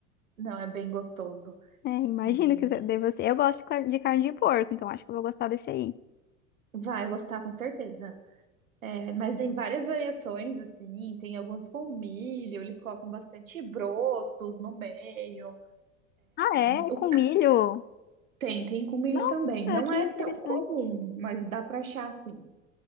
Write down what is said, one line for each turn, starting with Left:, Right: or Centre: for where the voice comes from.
Right: não, é bem gostoso.
Left: É, imagino
Right: E
Left: que deve ser. Eu gosto de car- de carne de porco, então acho que eu vou gostar desse aí.
Right: vai gostar com certeza. É, mas tem várias variações, assim, tem alguns com milho, eles colocam bastante brotos no meio.
Left: Ah, é?
Right: O
Left: É Com
Right: c-
Left: milho?
Right: tem, tem com milho
Left: Nossa,
Right: também. Não
Left: que
Right: é
Left: interessante.
Right: tão comum, mas dá pra achar, assim.